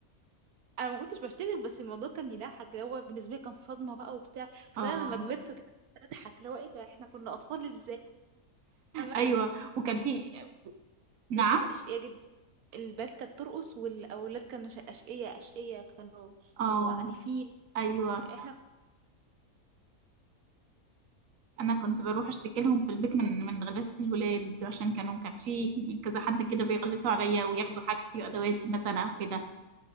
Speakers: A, on the right; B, on the right.
A: انا ما كنتش بشترك بس الموضوع كان يضحك اللي هو بالنسبه لي كان صدمه بقى وبتاع بس
B: اه
A: انا لما كبرت كده اضحك اللي هو ايه ده احنا كنا اطفال ازاي فاهمة؟
B: ايوه وكان
A: كانت
B: في نعم
A: الولاد كانت اشقيه جدا البنات كانت ترقص والاولاد كانوا ش- اشقيه اشقيه كانوا
B: اه
A: كانوا عنيفين
B: ايوه
A: احنا
B: انا كنت بروح اشتكي لهم في البيت من من غلاسة الولاد عشان كانوا كان في كذا حد كده بيغلسوا عليا وياخدوا حاجتي وادواتي مثلا او كده